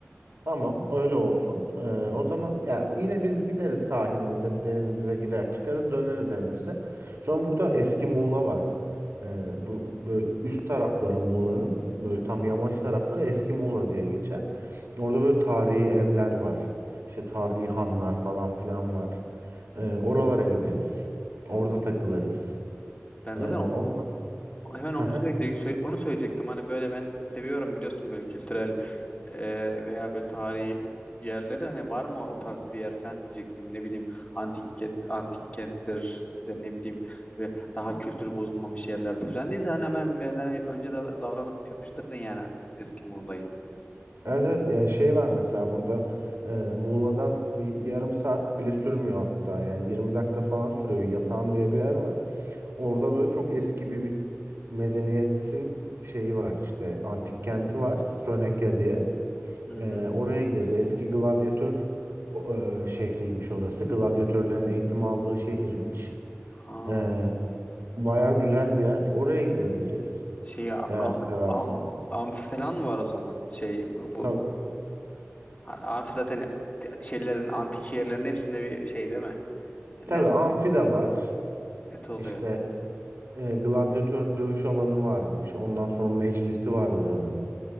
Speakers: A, on the right (about 80°); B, on the left (about 25°).
A: Tamam, öyle olsun. Ee, o zaman ya yine biz gideriz sahilimize, bir denizimize girer çıkarız, döneriz evimize. Sonra burada eski Muğla var. Ee, bu böyle üst tarafları Muğla'nın böyle
B: Hı
A: tam
B: hı.
A: yamaç tarafları eski Muğla diye geçer. Orada böyle tarihi evler var. İşte tarihi hanlar falan filan var. Ee, oralara gideriz. Orada takılırız.
B: Ben zaten
A: Ee,
B: o-
A: ondan...
B: o- hemen onu
A: Hı hı.
B: söyleyecektim, onu söyleyecektim. Hani böyle ben seviyorum biliyorsun böyle kültürel e, veya böyle tarihi yerleri hani var mı o tarz bir yer falan diyecektim. Ne bileyim antik kent, antik kenttir işte ne bileyim böyle daha kültürü bozulmamış yerlerde falan değil. Sen hemen benden önce davra- davranıp yapıştırdın yani eski Muğla'yı.
A: Evet, evet ya şey var mesela burada e, Muğla'dan bir yarım saat bile sürmüyor hatta yani 20 dakika falan sürüyor Yatağan diye bir yer var. Orada böyle çok eski bir, bir medeniyetin şeyi var işte antik kenti var Stronekya diye.
B: Hı hı.
A: E, oraya gideriz eski gladyatör o, e, şehriymiş orası gladyatörlerin eğitim aldığı şehirmiş.
B: Ha,
A: E, baya
B: hı.
A: güzel bir yer oraya gidebiliriz
B: şey am,
A: eğer seversen.
B: am, amfi falan var o zaman. Şey bu bu-
A: Tabii,
B: amfi zaten şeylerin antik şehirlerin hepsinde bir şey değil mi?
A: tabii
B: Net, ol,
A: amfi de var.
B: net oluyor.
A: İşte E, gladyatör dövüş alanı varmış. Ondan sonra meclisi var oranın